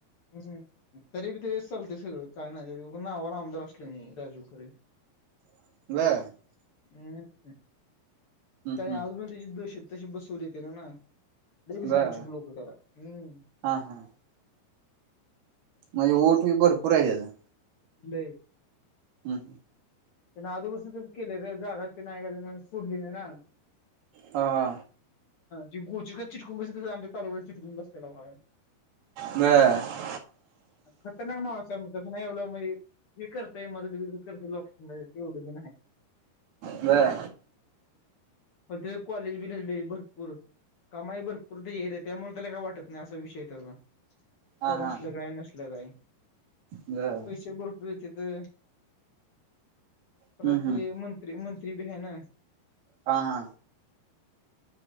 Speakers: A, on the left (about 50°); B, on the right (about 65°).
A: हम्म तरी बी तेस चालतेस सगळं काय नाहीण नावाला आमदार असले नाही राजू खरे
B: ब
A: हम्म आणि
B: हम्म
A: अज प त्याची दश तशी बसवली येते ना ना ल बच
B: बर
A: त्यां आणचक लोक त हम्
B: हा हा म्हणजे ओठ बी भरपूर आहे त्याचा
A: ल
B: हम् हम
A: त्यां आजोपासून ते केले रे जा र ते नाही गले सोडली नाही ना
B: हा हा
A: ज गोचर का चिटकम बस तोवेळ चिटकून बसलेलाय
B: बर
A: खतरनाक मावसाहेब तसं नाही एवढं व करतय म कर ते एवढं बण आहे
B: बर
A: हम्द कॉलेज भी नाहीले भरपूर कमाई भर पूरत येरे त्यामुळे त्याला काय वाटत नाही असा विषय आहे त्याचा
B: हा
A: पद
B: हा
A: असलं काय नसल काय
B: बर
A: पैसे भरपूरते तर
B: हम्म
A: प्रात
B: हम्म
A: मंत्री मंत्री भी आहेै ना
B: हा हा